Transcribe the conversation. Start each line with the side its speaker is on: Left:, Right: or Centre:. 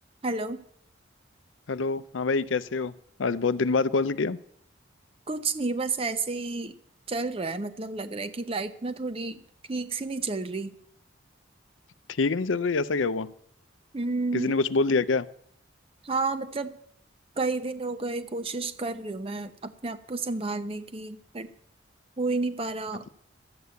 Right: Hello
Left: Hello हाँ भाई कैसे हो आज बहुत दिन बाद कॉल किया
Right: कुछ नहीं बस ऐसे ही चल रहा है मतलब लग रहा है कि लाइफ ना थोड़ी ठीक सी नहीं चल रही
Left: ठीक नहीं चल रही ऐसा क्या हुआ
Right: हम्म
Left: किसी ने कुछ बोल दिया क्या
Right: हाँ मतलब कई दिन हो गए कोशिश कर रही हूँ मैं अपने आप को संभालने की बट हो ही नहीं पा रहा
Left: मतलब